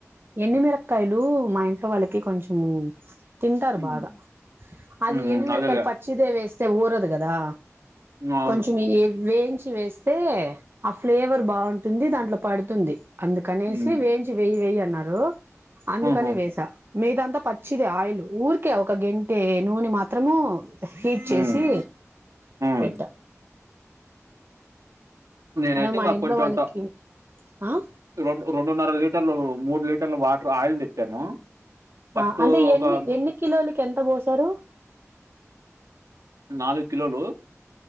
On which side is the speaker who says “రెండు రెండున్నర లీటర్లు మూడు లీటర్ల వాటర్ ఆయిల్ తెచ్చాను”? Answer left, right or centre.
Right